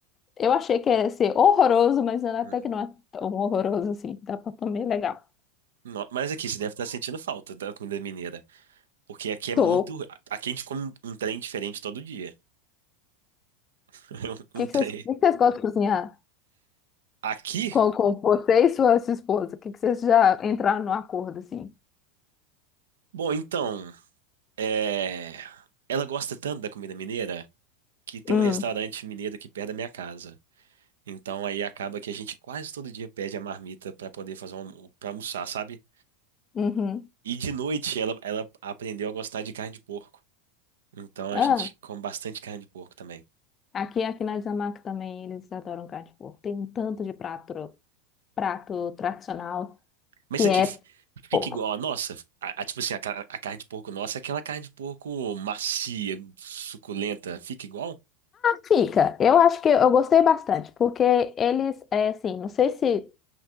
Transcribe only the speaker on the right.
Hum.
No- Mas aqui você deve estar sentindo falta da comida mineira, porque aqui é
muito, aqui a gente come um um trem diferente todo dia. <laughs> Um
trem.
Aqui?
Bom, então. É, ela gosta tanto da comida mineira que tem
um restaurante mineiro aqui perto da minha casa. Então aí acaba que a gente quase todo dia pede a marmita pra poder fazer um, para almoçar, sabe?
E de noite ela, ela aprendeu a gostar de carne de porco. Então
a gente come bastante carne de porco também.
Mas
isso aqui
f- fica
igual a nossa. A, a- tipo assim, a, ca- a carne de porco nossa é aquela carne de porco macia, suculenta. Fica igual?